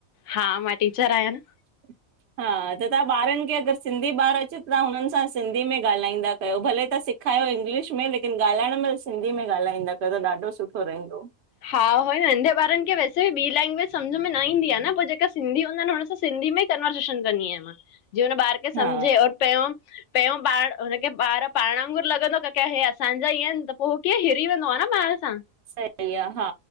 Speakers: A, on the left (about 65°); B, on the right (about 60°).
A: हा मां टीचर आयां न।
B: <inaudible> हा त तां ॿारन खे अगर सिंधी ॿार अचे तां हुनन सां सिंधी में ॻालाईंदा कयो भले तां। खायो इंग्लिश में लेकिन ॻालाइण मल सिंधी में ॻालाईंदा कयो त ॾाढो सुठो रहिंदो।
A: हा उो नढे ॿारन खे वैसे वी ॿी लैंग्वेज समझ में न ईंदी आ न पो जेका सिंधी हूंदा अन। सिंधी में कनवसेशन कंदी आयां मां जीअं हुन ॿार खे समझे
B: हा
A: और पयों। पैंयों ॿार हुनखे ॿार पाण वांगुर लॻंदो आ की की हेह असांजा ईअं आयन त पो उ कीअं हिरी वेंदो आ न ॿार सां।
B: सही आ हा